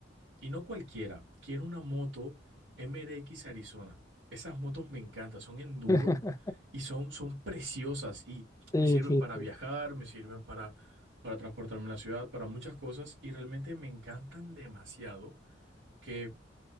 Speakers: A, on the right; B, on the left.
A: Y no cualquiera, quiero una moto MRX Arizona. Esas motos me encantan, son enduro
B: <laughs>
A: y son, son preciosas y
B: Sí,
A: me sirven
B: sí,
A: para
B: sí,
A: viajar, me sirven para, para transportarme en la ciudad, para muchas cosas y realmente me encantan demasiado que